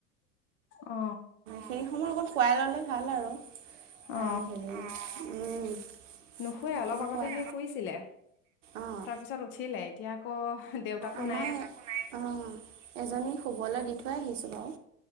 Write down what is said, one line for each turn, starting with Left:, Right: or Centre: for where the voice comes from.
Left: অ
Right: সেই সময় অকণ খোৱাই ল'লে ভাল। আৰু তাই
Left: অ
Right: হেৰি উম
Left: নুশুোৱে
Right: অকণ
Left: অলপ আগতে
Right: খুৱাই
Left: সি শুইছিলে।
Right: অঁ
Left: তাৰপিছত উঠিলে এতিয়া আকৌ দেউতাকো
Right: আমাৰ
Left: নাই
Right: অঁ এজনী শুবলৈ দি থৈ আহিছোঁ। বাৰু